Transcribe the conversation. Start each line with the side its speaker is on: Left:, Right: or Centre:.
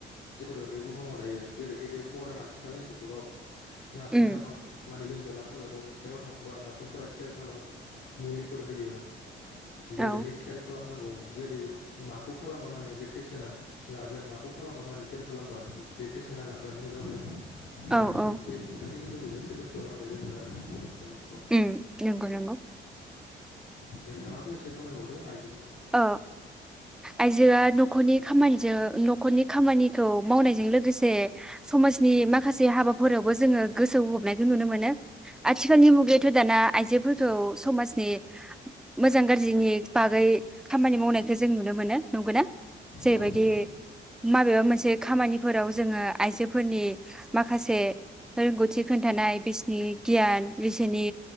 Left: जिखुनो बे बुहुमाव दायो जेरैह बे मदार्न आथिखालनि जुगाव नार्सिं
Centre: उम
Left: खालाम मानोम सजाबा साजाबा हस्पिटालाव थांबा नार्सिंफोरा केयार खालामो मुलिफोर होयो। जेरैहाय
Centre: औ
Left: केयार खालामनांगौ जेरै माखौ खालामबा माने बे फेसना जागोन माखौ खालामबा माल केयार खालामबा बे पेसेना जागोन मोजां जागोन माने
Centre: औ औ
Left: बे बिथांनि गेजेरजोंसो जोंफोरा माने रोंङो आरोना खोलि जुगाव
Centre: उम नंगौ नंगौ
Left: जों थांङाबो एसे फोरोंबावदो आइ
Centre: अ आइजोआ नखरनि खामानिजों नखरनि खामानिखौ मावनायजों लोगोसे समाजनि माखासे हाबाफोरावबो जोंङो गोसो हमनायखौ नुनो मोनो आथिखालनि मुगायावथ दाना आइजोफोरखौ समाजनि मोजां गाज्रिनि बागै खामानि मावनायखौ जों नुनो मोनो नंगौ ना? जायबायदि
Left: औ नोंथां
Centre: माबेबा मोनसे खामानिफोराव जोंङो आइजोफोरनि माखासे रोंगौथि खोन्थानाय बिसिनि गियान बिसोनि